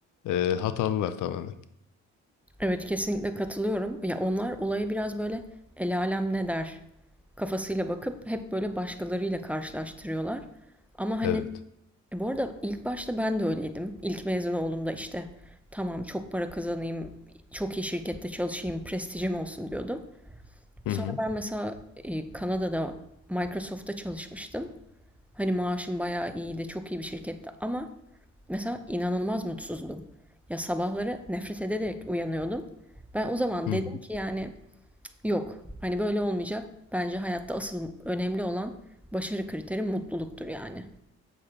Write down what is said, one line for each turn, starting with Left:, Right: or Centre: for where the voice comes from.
Left: e, hatalılar tamamen.
Centre: Evet, kesinlikle katılıyorum. Ya onlar olaya biraz böyle el alem ne der kafasıyla bakıp hep böyle başkalarıyla karşılaştırıyorlar. Ama hani
Left: Evet.
Centre: e, bu arada ilk başta ben de öyleydim. İlk mezun olduğumda işte tamam çok para kazanayım, çok iyi şirkette çalışayım, prestijim olsun diyordum. Sonra
Left: Hı hı.
Centre: ben mesela e, Kanada'da Microsoft'ta çalışmıştım. Hani maaşım bayağı iyiydi, çok iyi bir şirkette ama mesela inanılmaz mutsuzdum. Ya sabahları nefret ederek uyanıyordum. Ben o zaman
Left: Hı
Centre: dedim
Left: hı.
Centre: ki yani yok, hani böyle olmayacak. Bence hayatta asıl önemli olan başarı kriteri mutluluktur yani.